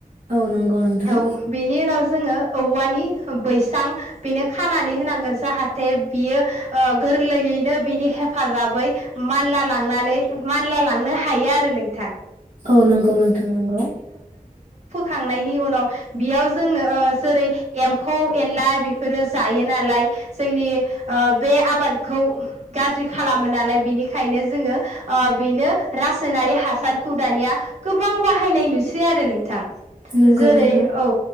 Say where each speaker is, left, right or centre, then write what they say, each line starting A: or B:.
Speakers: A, on the right; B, on the right.
A: औ नंगौ नोंथां
B: औ बेनि उनाव जोङो औवानि बैसां बेनो खानानै होनांगोन जाहाथे बियो ओ गोरलैयैनो बिनि हेफाजाबै मानला लांनानै मानला लांनो हायो आरो नोंथां
A: औ नंगौ नोंथां नंगौ
B: बो खांनायनि उनाव बेयाव जोंनो जेरै एम्फौ एनला बेफोरो जायो नालाय जोंनि ओ बे आबादखौ गाज्रि खालामो नालाय बिनिखायनो जोङो ओ बेनो रासायनारि हासारखौ दानिया गोबां बाहायनाय नुसै आरो नोंथां
A: नंगौ
B: जेरै
A: नोंथां
B: औ